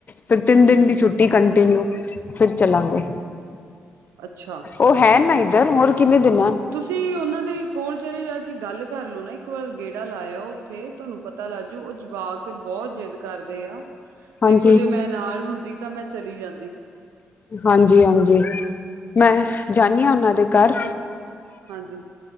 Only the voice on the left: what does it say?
ਫੇਰ ਤਿੰਨ
ਦਿਨ ਦੀ ਛੁੱਟੀ ਕੰਨਟੀਿਨਿਊ, ਫਿਰ ਚਲਾਂਗੇ।
ਉਹ ਹੈ ਨਾ ਇੱਧਰ, ਹੋਰ ਕਿੰਨੇ ਦੇਨਾ।
ਹਾਂਜੀ
ਹਾਂਜੀ, ਹਾਂਜੀ ਮੈਂ ਜਾਂਨੀ ਆ, ਉਹਨਾਂ ਦੇ ਘਰ।